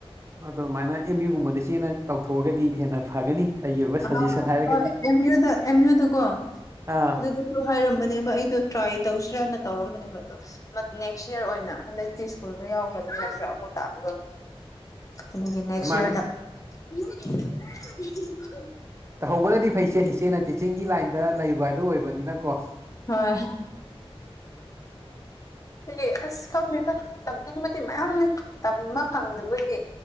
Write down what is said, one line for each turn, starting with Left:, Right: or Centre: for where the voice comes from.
Right: ꯑꯗꯨꯝꯃꯥꯏꯅ ꯑꯦꯝ ꯌꯨ ꯒꯨꯝꯕꯗ ꯏꯆꯦꯅ ꯇꯧꯊꯣꯑꯒꯗꯤ ꯍꯦꯟꯅ ꯐꯒꯅꯤ ꯑꯩꯒꯤ ꯑꯣꯏꯕ
Left: ꯑ
Right: ꯁꯖꯦꯁꯟ ꯍꯥꯏꯔꯒꯗꯤ
Left: ꯍꯣꯏ ꯑꯦꯝ ꯌꯨꯗ ꯑꯦꯝ ꯌꯨꯗꯀꯣ
Right: ꯑ
Left: ꯑꯗꯨꯗꯁꯨ ꯍꯥꯏꯔꯝꯕꯅꯦꯕ ꯑꯩꯗꯣ ꯇ꯭ꯔꯥꯏ ꯇꯧꯁꯤꯔꯅ ꯇꯧꯔꯝꯕꯅꯦꯕ ꯑꯗꯣ <unintelligible> ꯅꯦꯛꯁ ꯌꯔ ꯑꯣꯏꯅ ꯍꯟꯗꯛꯇꯤ ꯁ꯭ꯀꯨꯜꯗꫭ ꯌꯥꯎꯒ꯭ꯔꯝꯅꯤꯅ ꯐꯔꯛ ꯑꯃꯨꯛ ꯇꯥꯕꯒ ꯑꯗꯨꯒꯤ ꯅꯦꯛꯁ
Right: ꯃꯥꯅꯦ
Left: ꯌꯔꯗ <unintelligible>
Right: ꯇꯍꯧꯕꯅꯗꯤ ꯐꯩ ꯏꯆꯦ ꯏꯆꯦꯅ ꯇꯤꯆꯤꯡꯒꯤ ꯂꯥꯏꯟꯗ ꯂꯩꯕ ꯍꯥꯏꯗꯣ ꯑꯣꯏꯕꯅꯤꯅꯀꯣ
Left: ꯍꯣꯏ <unintelligible> ꯑꯁ ꯈꯪꯗꯦꯗ ꯇꯝꯅꯤꯡꯕꯗꯤ ꯃꯌꯥꯝꯅꯤ ꯇꯝꯕ ꯐꯪꯗꯕꯒꯤ